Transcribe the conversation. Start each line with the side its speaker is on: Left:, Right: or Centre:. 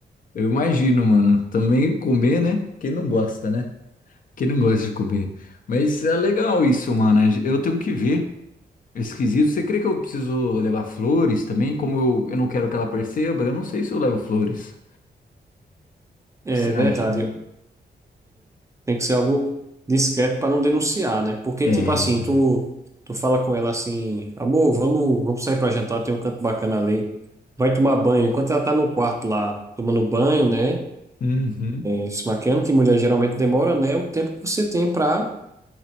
Left: Eu imagino, mano. Também comer, né? Quem não gosta, né? Quem não gosta de comer. Mas é legal isso, mano. Eu tenho que ver. É Esquisito. Você crê que eu preciso levar flores também? Como eu, eu não quero que ela perceba, eu não sei se eu levo flores.
Right: É
Left: O que você
Right: verdade,
Left: acha?
Right: tem que ser algo discreto para não denunciar, né? Porque,
Left: É.
Right: tipo assim, tu, tu fala com ela assim, amor, vamos, vamos sair para jantar, tem um canto bacana ali. Vai tomar banho. Enquanto ela tá no quarto lá, tomando banho, né?
Left: Uhum.
Right: eh, Se maquiando, que mulher geralmente demora, né? É O tempo que você tem para